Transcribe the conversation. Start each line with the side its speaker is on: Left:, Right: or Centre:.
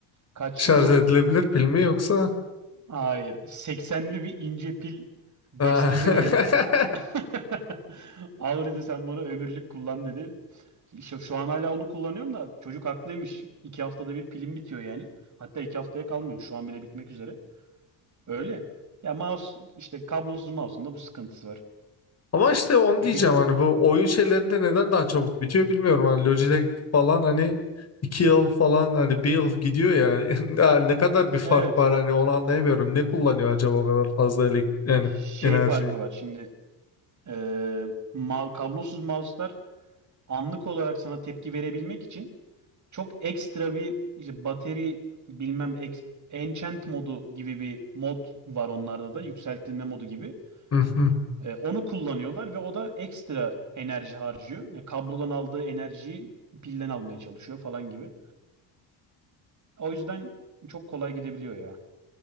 Right: kaçlı
Left: Şarj
Right: bu?
Left: edilebilir pil mi yoksa?
Right: Hayır seksenli bir ince pil destesi
Left: Ha.
Right: böyle.
Left: <laughs>
Right: <laughs> Al dedi sen bunu ömürlük kullan dedi. Şu, şu an hala onu kullanıyorum da çocuk haklıymış. İki haftada bir pilim bitiyor yani. Hatta iki haftaya kalmıyor. Şu an bile bitmek üzere. Öyle. Ya mouse işte kablosuz mouse'un da bu sıkıntısı var.
Left: Ama işte onu
Right: E
Left: diyeceğim
Right: peki
Left: hani bu oyun şeylerinde neden daha çabuk bitiyor bilmiyorum. Hani Logitech falan hani iki yıl falan hani bir yıl gidiyor yani. <laughs> Ya ne kadar bir fark
Right: evet
Left: var hani onu anlayamıyorum. Ne kullanıyor acaba o kadar fazla elek yani
Right: şey
Left: enerjiyi?
Right: farkı var. Şimdi e, ma- kablosuz mouse'lar anlık olarak sana tepki verebilmek için çok ekstra bir işte bateri bilmem eks- enchant modu gibi bir mod var onlarda da yükseltilme modu gibi.
Left: Hı hı.
Right: E, onu kullanıyorlar ve o da ekstra enerji harcıyor. Yani kablodan aldığı enerjiyi pilden almaya çalışıyor falan gibi. O yüzden çok kolay gidebiliyor ya.